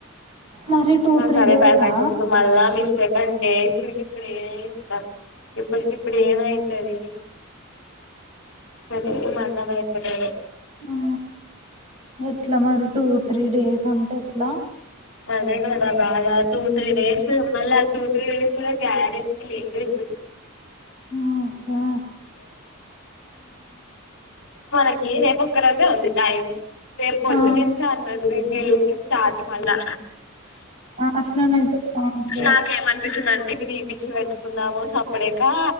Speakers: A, on the right; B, on the left.
A: మరి టూ
B: నాకు
A: త్రీ
B: అదే
A: డేసా
B: భయపడుతుంది ఇప్పుడు మళ్ళా మిస్టేక్ అంటే ఇప్పుడికి ఇప్పుడు ఏ ఇప్పటికి ఇప్పుడు ఏమయితది అసలేం అర్థం అయితలేదు
A: ఆ ఎట్లా మరి టూ త్రీ డేస్ అంటే ఎట్లా
B: అదే కదా బాద టూ త్రీ డేస్ మళ టూ త్రీ డేస్ గ్యారంటీ లేదు ఇప్పుడ్
A: ఆ అషా
B: మనకి రేపు ఒక్క రోజే ఉంది టైం రేపు పొద్దు
A: ఆ
B: నుంచే అన్నాడు రివ్యూలు స్టార్ట్ మళ్ళా
A: ఆ అట్లనే అయితే బాగుండు
B: నాకేమనిపిస్తంటే అంటే మీరు ఇవి తీ పిచ్చి పెట్టుకుందాము సప్పుడేక్ కా